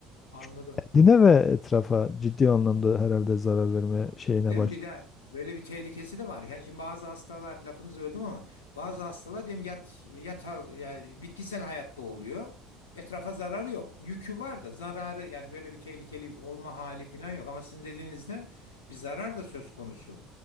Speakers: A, on the left; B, on the left.
A: Anladım.
B: Çünkü kendine ve etrafa ciddi anlamda herhalde zarar verme şeyine
A: Değil
B: başladı.
A: mi? Bir de böyle bir tehlikesi de var. Yani şimdi bazı hastalar lafınızı öldüm ama bazı hastalar diyelim yat, yata, yani bitkisel hayatta oluyor. Etrafa zararı yok. Yükü var da zararı yani böyle bir tehlikeli olma hali falan yok. Ama sizin dediğinizde bir zarar da söz konusu.